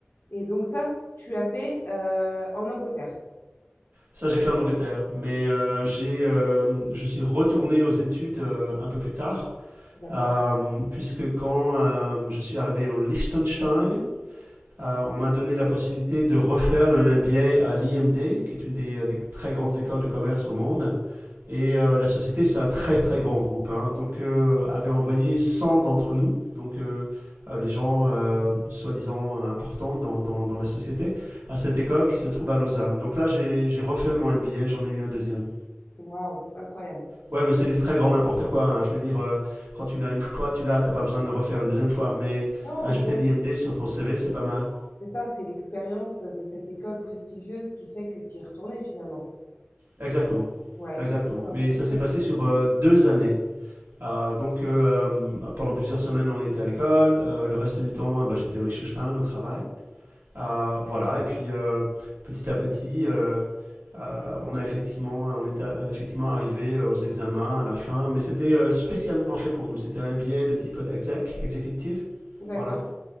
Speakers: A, on the left; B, on the right.
A: Et donc ça, tu as fait euh, en Angleterre,
B: Ça, j'ai fait en Angleterre. Mais euh, j'ai, euh, je suis retourné aux études euh, un peu plus tard,
A: d'accord?
B: euh, puisque quand euh, je suis arrivé au Liechtenstein, Euh, on m'a donné la possibilité de refaire le MBA à l'IMD, qui est une des, euh, des, très grandes écoles de commerce au monde. Et euh, la société, c'est un très très grand groupe. Hein. Donc, euh, avait envoyé 100 d'entre nous, donc euh, euh, les gens euh, soi-disant importants dans, dans, dans, la société, à cette école qui se trouve à Lausanne. Donc là, j'ai j'ai refait mon MBA, j'en ai eu un deuxième.
A: Waouh, incroyable.
B: Ouais, mais c'est du très grand n'importe quoi. Hein. Je veux dire, euh, quand tu l'as une fois, tu l'as, t'as pas besoin de le refaire une deuxième fois. Mais
A: Non,
B: ajouter
A: mais bon,
B: l'IMD sur ton CV, c'est pas mal.
A: C'est ça, c'est l'expérience de cette école prestigieuse qui fait que tu y es retourné finalement.
B: Exactement,
A: Ouais,
B: exactement.
A: mais c'est intéressant.
B: Mais ça s'est passé sur euh, deux années. Euh, donc, euh, euh, pendant plusieurs semaines, on était à l'école. Euh, le reste du temps, euh, bah, j'étais au Liechtenstein, au travail. Euh, voilà. Et puis, euh, petit à petit, euh, euh, on a effectivement, on était euh, effectivement arrivé euh, aux examens à la fin. Mais c'était euh, spécialement fait pour nous. C'était un billet de type exec, executive.
A: D'accord,
B: Voilà.